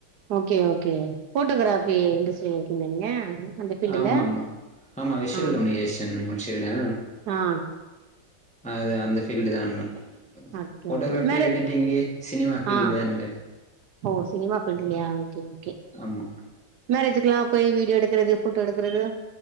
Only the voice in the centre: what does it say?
ஆமாமா ஆமா விஷுவல்
கம்யூனிகேஷன் முச்சுருக்கே
அது அந்த ஃபீல்டு தா நம்ம
photography
editing cinema ஃபீல்டு
அந்த மேரி
ஆமா